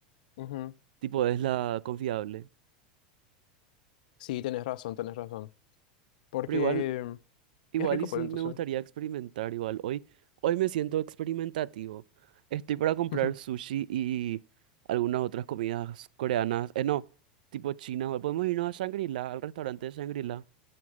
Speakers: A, on the left; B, on the right.
A: Ujú.
B: Tipo, es la confiable.
A: Sí, tenés razón, tenés razón. Porque
B: Pero igual Igual
A: es rico,
B: y sí
A: pues entonces.
B: me gustaría experimentar igual. Hoy, hoy me siento experimentativo. Estoy para comprar
A: <laughs>
B: sushi y algunas otras comidas coreanas. Eh, no, tipo china. O Podemos irnos a Shangri-La, al restaurante de Shangri-La.